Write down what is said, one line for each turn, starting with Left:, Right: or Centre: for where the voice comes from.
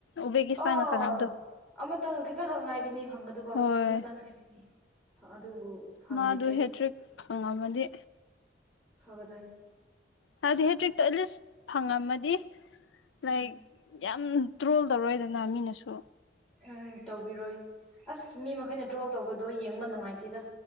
Left: ꯎꯕꯦꯀꯤꯁꯇꯥꯟꯒ
Centre: ꯑꯣ
Left: ꯁꯥꯟꯅꯕꯗꯣ
Centre: ꯑꯃꯇꯪ ꯈꯤꯇꯪꯈꯛ ꯉꯥꯏꯕꯅꯤ ꯐꯪꯒꯗꯕ
Left: ꯍꯣꯏ
Centre: ꯑꯃꯇꯪ ꯉꯥꯏꯕꯅꯤ ꯑꯗꯨꯕꯨ ꯐꯪꯈꯤꯗ꯭ꯔꯦ
Left: ꯃꯥꯗꯨ ꯍꯦꯇ꯭ꯔꯤꯛ ꯐꯪꯉꯝꯃꯗꯤ
Centre: ꯐꯥꯒꯗꯣꯏꯅꯤ
Left: ꯍꯥꯏꯕꯗꯤ ꯍꯦꯇ꯭ꯔꯤꯛꯇꯣ ꯑꯦꯠꯂꯤꯁ ꯐꯪꯉꯝꯃꯗꯤ
Centre: ꯎꯝ
Left: ꯂꯥꯏꯛ ꯌꯥꯝ ꯇ꯭ꯔꯣꯜ ꯇꯧꯔꯣꯏꯗꯅ ꯃꯤꯅꯁꯨ
Centre: ꯎꯝ ꯇꯧꯕꯤꯔꯣꯏ ꯑꯁ ꯃꯤ ꯃꯈꯩꯅ ꯇ꯭ꯔꯣꯜ ꯇꯧꯕꯗꯣ ꯌꯦꯡꯕ ꯅꯨꯡꯉꯥꯏꯇꯦꯗ